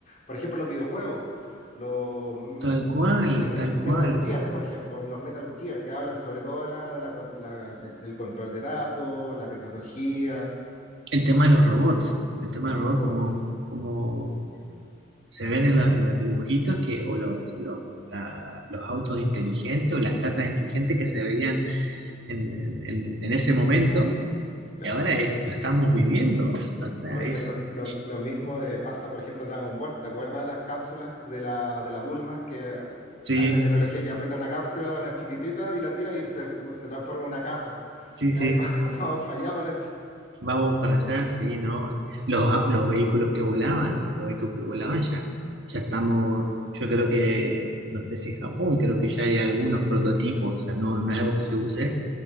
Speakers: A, on the left (about 40°); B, on the right (about 65°).
A: Por ejemplo, los videojuegos, los mm,
B: tal cual,
A: Meta-
B: tal
A: Metal
B: cual.
A: Gear, por ejemplo, los Metal Gear que hablan sobre todo de la, de la con- la- el el control de datos, la tecnología,
B: El tema de los robots, el tema
A: los
B: de los robots
A: robots,
B: como, como se ven en, la- los dibujitos que, o los, los, la- los autos inteligentes o las casas inteligentes que se veían en, en en- en ese momento
A: claro.
B: Y ahora eh, lo estamos viviendo. O sea,
A: Por ejemplo,
B: es.
A: lo, lo mismo de, pasa, por ejemplo, Dragon Ball. ¿Te acuerdas las cápsulas de la, de la Bulma? Que eh,
B: Sí,
A: hay una tecnología que aprieta una cápsula, una chiquitita, y la tira y se, se transforma en una casa.
B: sí,
A: Y
B: sí.
A: ahí va- <laughs> vamos para allá, parece.
B: Vamos para allá, sí, ¿no? Los, a- los vehículos que volaban, los vehículos que volaban
A: Claro,
B: ya, ya estamos, yo creo que, no sé si en Japón, creo que ya hay algunos prototipos, o sea, no, no es algo que se use,